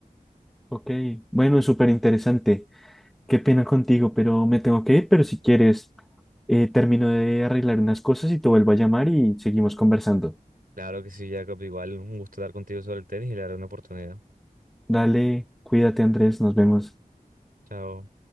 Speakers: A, in the centre; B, on the right.
A: Ok, bueno, súper interesante. Qué pena contigo, pero me tengo que ir, pero si quieres, eh, termino de arreglar unas cosas y te vuelvo a llamar y seguimos conversando.
B: Claro que sí, Jacob, igual un gusto hablar contigo sobre el tenis y le daré una oportunidad.
A: Dale, cuídate, Andrés, nos vemos.
B: Chao.